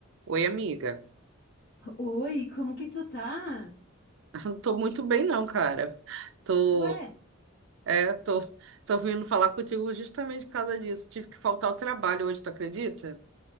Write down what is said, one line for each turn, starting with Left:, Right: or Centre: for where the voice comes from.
Right: Oi, amiga.
Left: Oi, como que tu tá?
Right: Não tô muito bem, não, cara. Tô,
Left: Ué?
Right: é, tô, tô vindo falar contigo justamente por causa disso. Tive que faltar ao trabalho hoje, tu acredita?